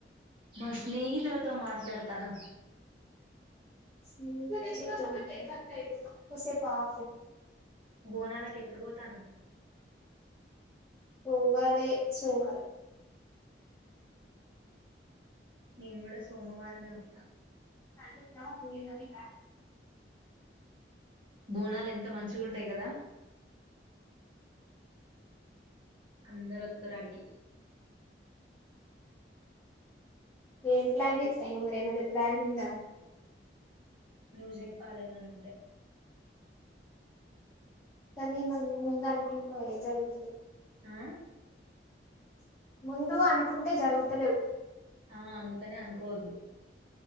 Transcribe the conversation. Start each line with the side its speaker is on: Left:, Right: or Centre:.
Right: మా స్నేహితులతో మాట్లాడతాన్న
Left: స్నేహితులతోనా కోసెపు ఆపు
Right: బోనాలకు ఎప్పుడు పోతాను
Left: పోవాలె సోమవారం
Right: నేను కూడా సోమవారం మే ఆత్తా
Left: హ్
Right: బోనాలు ఎంత మంచి గా ఉంటాయి గాదా అందరొత్తరు ఆడికి
Left: ఏం ప్లాన్ చెత్తన్నావ్. మరీ ఏమన్నా ప్లాన్ ఉం ద
Right: నువ్వు చెప్పాలే ఏమన్నా ఉంటే
Left: కానీ మనం ముందు అనుకుంటె జరుగుతలేదు.
Right: ఆ
Left: <unintelligible> జరుగుతలేవు
Right: ఆ అందుకనే అనుకోవద్దు